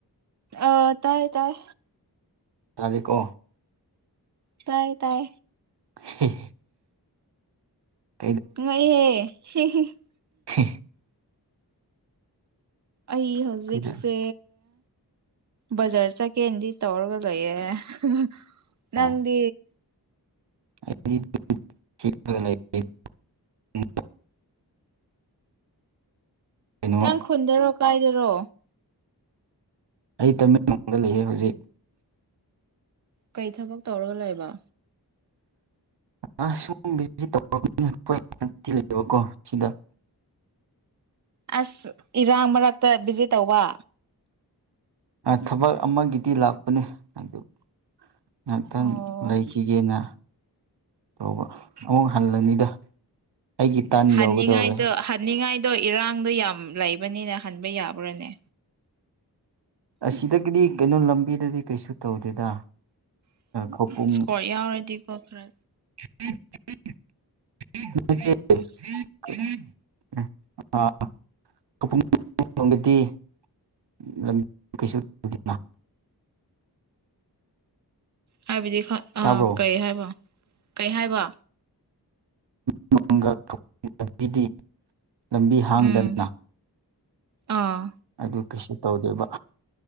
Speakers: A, on the right; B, on the right.
A: ꯑ ꯇꯥꯏ ꯇꯥꯏ
B: ꯇꯔꯦꯀꯣ
A: ꯇꯥꯏ ꯇꯥꯏ
B: ꯍꯦ ꯍꯦ
A: ꯉꯛ ꯏꯍꯦ ꯍꯦ ꯍꯦ <inaudible>
B: ꯍꯝ
A: ꯑꯩ ꯍꯧꯖꯤꯛꯁꯦ
B: ꯀꯩꯗ
A: ꯕꯖꯥꯔ ꯆꯠꯀꯦ ꯅꯗꯤ ꯇꯧꯔꯒ ꯂꯩꯌꯦ ꯍꯥ ꯅꯪꯗꯤ
B: ꯑꯣ <unintelligible> ꯀꯩꯅꯣ
A: ꯅꯪ ꯈꯨꯟꯗ ꯔꯣ ꯀꯥꯏꯗꯔꯣ
B: ꯑꯩ ꯇꯃꯦꯡꯂꯣꯡꯗ ꯂꯩꯌꯦ ꯍꯧꯖꯤꯛ
A: ꯀꯩ ꯊꯕꯛ ꯇꯧꯔꯒ ꯂꯩꯕ
B: ꯑ ꯁꯨꯝ ꯇꯧ ꯂꯩꯕꯀꯣ ꯁꯤꯗ <unintelligible>
A: ꯑꯁ ꯏꯔꯥ ꯃꯔꯛ ꯕꯤꯖꯤ ꯇꯧꯕ
B: ꯊꯕꯛ ꯑꯃꯒꯤꯗꯤ ꯂꯥꯛꯄꯅꯦ ꯑꯗꯨ ꯉꯥꯛꯇꯪ
A: ꯑꯣ
B: ꯂꯩꯈꯤꯒꯦꯅ ꯇꯧꯕ ꯑꯃꯨꯛ ꯍꯜꯂꯅꯤꯗ ꯑꯩꯒꯤ ꯇꯥꯟ ꯌꯧꯒꯗꯧꯔꯦ
A: ꯍꯅꯤꯡꯥꯏꯇꯣ ꯍꯅꯤꯡꯥꯏ ꯑꯗꯣ ꯏꯔꯥꯡꯗꯣ ꯌꯥꯝ ꯂꯩꯕꯅꯤꯅ ꯍꯟꯕ ꯌꯥꯕ꯭ꯔꯥꯅꯦ
B: ꯑꯁꯤꯗꯒꯤꯗꯤ ꯀꯩꯅꯣ ꯂꯝꯕꯤꯗꯗꯤ ꯀꯩꯁꯨ ꯇꯧꯗꯦꯗ ꯈꯧꯄꯨꯝ
A: ꯏꯁꯀꯣꯔ ꯌꯥꯎꯔꯗꯤꯀꯣ ꯈꯔ
B: <inaudible> <unintelligible>
A: ꯑꯁ
B: <unintelligible> ꯂꯝ ꯀꯁꯨꯎꯗꯅ
A: ꯍꯥꯏꯕꯤꯗꯤ ꯑꯥ
B: ꯇꯥꯕ꯭ꯔꯣ
A: ꯀꯩ ꯍꯥꯏꯕ ꯀꯩ ꯍꯥꯏꯕ
B: <unintelligible> ꯂꯝꯕꯤ ꯍꯥꯡꯏꯗꯅ
A: ꯎꯝ ꯑꯥ
B: ꯑꯗꯨ ꯀꯩꯁꯨ ꯇꯧꯗꯦꯕ